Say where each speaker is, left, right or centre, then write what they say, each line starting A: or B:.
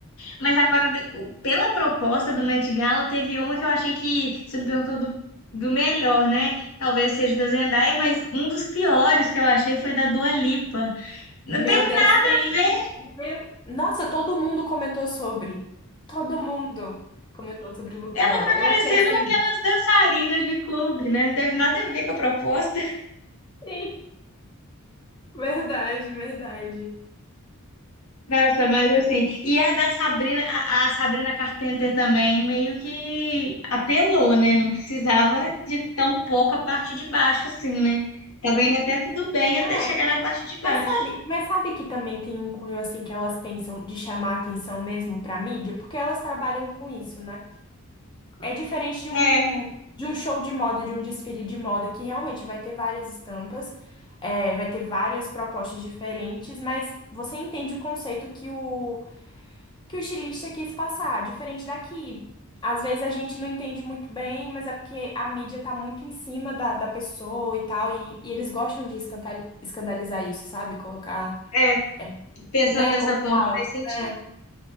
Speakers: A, on the left; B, on the left.
A: Mas agora, de- pela proposta do Met Gala, teve uma que eu achei que você me perguntou do, do melhor, né? Talvez seja da Zendaya, mas um dos piores que eu achei foi da Dua Lipa. Não
B: Meu
A: teve
B: Deus,
A: nada
B: sim.
A: a ver,
B: Meu- Nossa, todo mundo comentou sobre. Todo mundo comentou sobre o look
A: ela
B: dela.
A: foi parecendo
B: Eu achei assim.
A: aquelas dançarinas de clube, né? Não teve nada a ver com a proposta. <laughs>
B: Sim, verdade, verdade.
A: Nossa, mas assim, e a da Sabrina, a, a Sabrina Carpenter também, meio que apelou, né? Não precisava de tão pouco a parte de baixo, assim, né? Tá vendo até tudo bem até
B: Ai,
A: chegar na parte de baixo.
B: mas sabe, mas sabe que também tem um cunho assim que elas pensam de chamar atenção mesmo pra mídia, porque elas trabalham com isso, né? É diferente de um
A: É,
B: de um show de moda, de um desfile de moda, que realmente vai ter várias estampas, é, vai ter várias propostas diferentes, mas você entende o conceito que o que o estilista quis passar, diferente daqui. Às vezes a gente não entende muito bem, mas é porque a mídia tá muito em cima da, da pessoa e tal, e, e eles gostam de escantal- escandalizar isso, sabe? Colocar,
A: é,
B: é,
A: pensando
B: né?
A: dessa
B: Como
A: forma
B: fala,
A: faz sentido.
B: né?